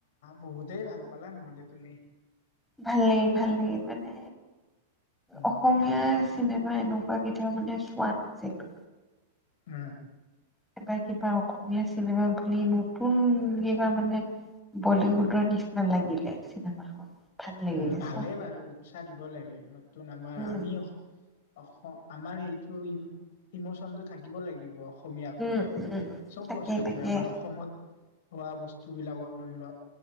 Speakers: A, on the left; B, in the centre.
A: বহুতেই ভাল পালা নহ'লে তুমি।
B: ভাল লাগিল ভাল লাগিল মানে
A: উম
B: অসমীয়া চিনেমা এনেকুৱা কেতিয়াও মানে চোৱা নাছিলো।
A: উ।
B: এটা কিবা অসমীয়া চিনেমা বুলি নতুন কিবা মানে বলিউড। ভূতৰ নিচিনা লাগিলে চিনেমাখন। ভাল লাগিলে
A: উ, ভালেই
B: চাই
A: বাৰু উৎসাহ দিব লাগে, নতুন আমাৰ
B: উম
A: আমি অস, অস আমাৰ সেইটো ই- ইমচন টো থাকিব লাগিব। অসমীয়াক
B: উম
A: লয়।
B: উম
A: চব
B: তাকে
A: বস্তুক
B: তাকে
A: লয় আমাৰ অসমত হোৱা বস্তুবিলাকক লৈ লোৱা